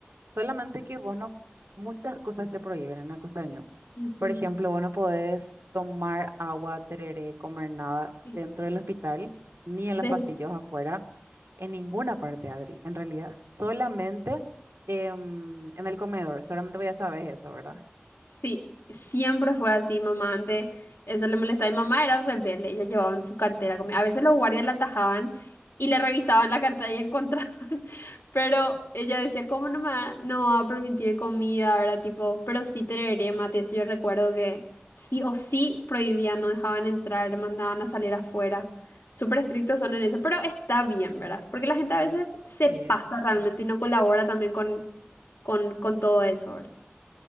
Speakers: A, on the right; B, on the left.
A: Solamente que vos no, muchas cosas te prohíben en Acostaño.
B: ujú,
A: Por ejemplo, vos no podés tomar agua, tereré, comer nada
B: sí.
A: dentro del hospital, ni en
B: Desde-
A: los pasillos afuera, en ninguna parte, Adri, en realidad. Solamente em, en el comedor, seguramente vos ya sabes eso, ¿verdad?
B: Sí, siempre fue así, mamá. Antes eso le molestaba. Mi mamá era rebelde, ella llevaba en su cartera comida. A veces los guardias la atajaban y le revisaban la cartera y encontraban. Pero ella decía, ¿cómo no me va, no va a permitir comida, ¿verdad? Tipo, pero sí tereré mate. Eso yo recuerdo que sí o sí prohibían, no dejaban entrar, mandaban a salir afuera. Súper estrictos son en eso, pero está bien, ¿verdad? Porque la gente a veces se
A: Sí.
B: pasa realmente y no colabora también con, con, con todo eso, ¿verdad?